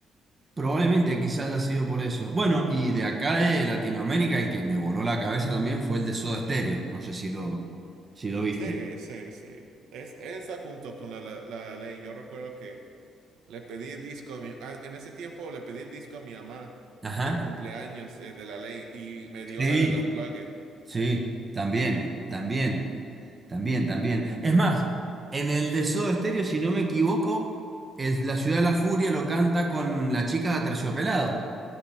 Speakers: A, on the right; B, on the right.
A: Probablemente quizás haya sido por eso. Bueno, y de acá de Latinoamérica, el que me voló la cabeza también fue el de Soda Stereo. No sé si lo, si lo viste.
B: Sí, sí, sí. Es esa junto con la, la, la ley. Yo recuerdo que le pedí el disco a mi... ah, en ese tiempo le pedí el disco a mi mamá
A: Ajá.
B: de cumpleaños eh, de la ley y me dio
A: Sí,
B: la del Unplugged.
A: sí, también, también, también, también. Es más, en el de Soda Stereo, si no me equivoco, es la Ciudad de la Furia lo canta con la chica de Aterciopelado.